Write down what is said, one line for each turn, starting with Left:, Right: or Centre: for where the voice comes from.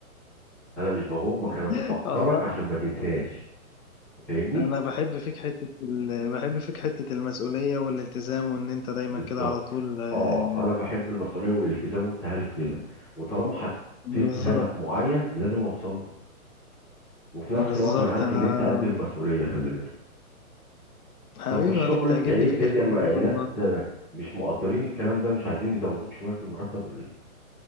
Centre: انا مش بغمك انا بفكرك
Left: <laughs> والله
Centre: عشان ما تنساش فاهمني
Left: انا بحب فيك حته ال... بحب فيك حته المسؤوليه والالتزام وان انت دايما
Centre: بالظبط
Left: كده على طول آه،
Centre: اه انا بحب المسؤوليه والالتزام وانت عارف كده وطالما حطيت
Left: بالظبط
Centre: هدف معين لازم اوصل له وفي نفس
Left: بالظبط
Centre: الوقت انا عارف
Left: انا
Centre: ان انت قد المسؤوليه خلي بالك
Left: حبيبي
Centre: طب والشغل
Left: انا بتعجبني
Centre: انت ايه الدنيا
Left: فيك الحته
Centre: ما
Left: دي
Centre: الناس
Left: والله
Centre: مش مقدرين الكلام ده مش عايزين يزودوك شويه في المرتب ولا ايه